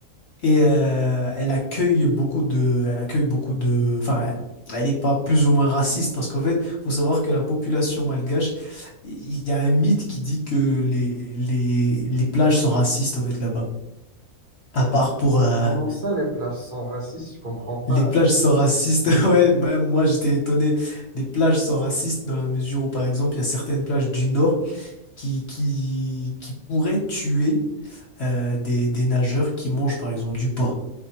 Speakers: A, on the left (about 55°); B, on the right (about 40°).
A: Et euh, elle accueille beaucoup de, elle accueille beaucoup de, enfin, elle n'est pas plus ou moins raciste parce qu'en fait, faut savoir que la population malgache, il y a un mythe qui dit que les, les, les plages sont racistes en fait là-bas. À part pour euh,
B: Comment ça, les places sont racistes? Je comprends pas,
A: les
B: là.
A: plages sont racistes, <laughs> ouais, même moi j'étais étonné. Les plages sont racistes dans la mesure où, par exemple, il y a certaines plages du nord qui, qui, qui pourraient tuer euh, des, des nageurs qui mangent, par exemple, du porc.